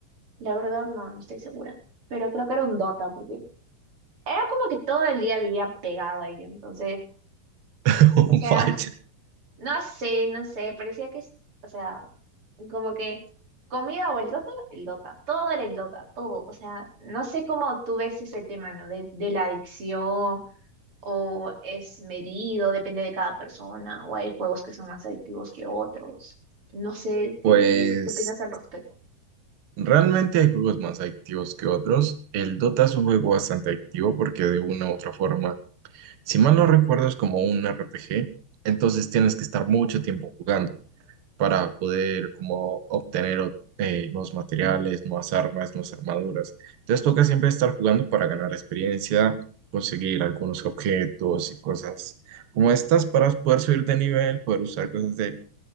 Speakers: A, on the right; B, on the right.
A: La verdad no, no estoy segura. Pero creo que era un Dota porque era como que todo el día vivía pegado ahí. Entonces,
B: <laughs>
A: o sea,
B: Vaya.
A: No sé, no sé, parecía que, es- o sea, como que comida o el Dota, el Dota, todo era el Dota, todo, o sea, no sé cómo tú ves ese tema, ¿no? De, de la adicción o es medido, depende de cada persona, o hay juegos que son más adictivos que otros, no sé, ¿qué,
B: Pues
A: qué, qué opinas al respecto?
B: Realmente hay juegos más adictivos que otros. El Dota es un juego bastante adictivo porque de una u otra forma, si mal no recuerdo, es como un RPG, entonces tienes que estar mucho tiempo jugando para poder como obtener eh, nuevos materiales, nuevas armas, nuevas armaduras. Entonces toca siempre estar jugando para ganar experiencia, conseguir algunos objetos y cosas como estas para poder subir de nivel, poder usar cosas de